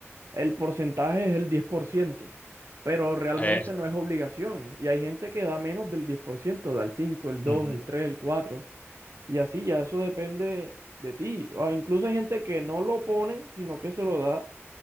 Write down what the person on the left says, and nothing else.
eso
es.
Ujú.